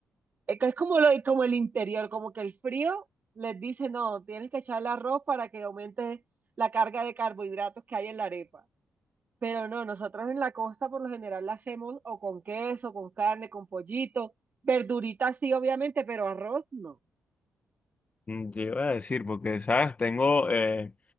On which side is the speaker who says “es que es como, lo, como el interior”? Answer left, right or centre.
Right